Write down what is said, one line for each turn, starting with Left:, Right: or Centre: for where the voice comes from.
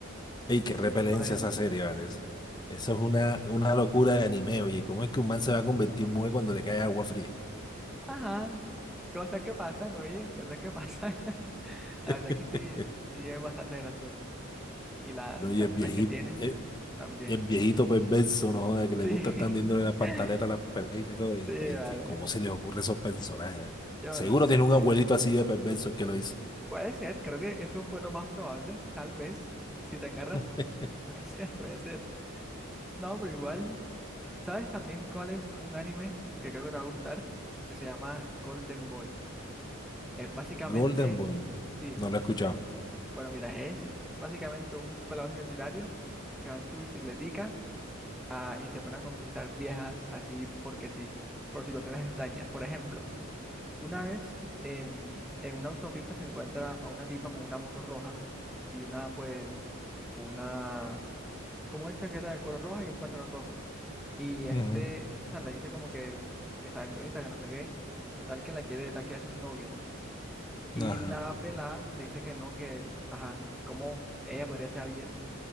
Left: Ey, qué repelencia
Centre: Es bacanito.
Left: esa serie, parece. Eso es una, una locura de anime, oye. ¿Cómo es que un man se va a convertir en mujer cuando le cae agua fría?
Centre: Ajá, cosas que pasan, oye, cosas que pasan. <laughs> La
Left: <laughs>
Centre: verdad que sí, sí es bastante gracioso. Y las
Left: No,
Centre: situaciones
Left: y el viejito,
Centre: que tiene
Left: eh,
Centre: también.
Left: y el viejito perverso, no joda, que le
Centre: Sí,
Left: gusta estar dándole las pantaletas
Centre: <laughs>
Left: a las peladitas y todo. Y,
Centre: sí,
Left: y
Centre: vale.
Left: que, ¿cómo se les ocurre a esos personajes? eh?
Centre: Yo
Left: Seguro
Centre: no sé.
Left: tiene un abuelito así de perverso el que lo hizo.
Centre: Puede ser, creo que eso fue lo más probable, tal vez, si tenga razón.
Left: <laughs>
Centre: <laughs> Puede ser, puede ser. No, pero igual. ¿Sabes también cuál es un anime que creo que te va a gustar? Que se llama Golden Boy. Es básicamente,
Left: Golden Boy.
Centre: sí,
Left: No lo he escuchado.
Centre: bueno, mira, es básicamente un pelado universitario que va en su bicicletica ah, y se pone a conquistar viejas así porque sí, por situaciones extrañas. Por ejemplo, una vez en, en una autopista se encuentra a una tipa con una moto roja y una, pues, una, como una chaqueta de color roja y un pantalón rojo. Y este,
Left: Ujú,
Centre: o sea, le dice como que está bien bonita, que no sé qué. Total, que la quiere, la quiere hacer su novia. Y
Left: Ajá.
Centre: la pelada le dice que no, que, ajá, cómo ella podría ser alguien,